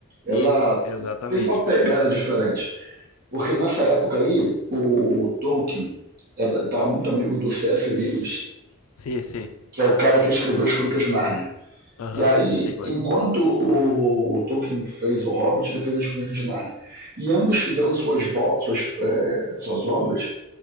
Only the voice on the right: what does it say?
Ela
tem uma pegada diferente. Porque nessa época aí, o Tolkien estava muito amigo do C.S. Lewis,
que é o cara que escreveu as Crônicas de Narnia.
E aí,
enquanto
o Tolkien fez o Hobbit, ele fez as Crônicas de Narnia. E ambos fizeram suas, suas, é, suas obras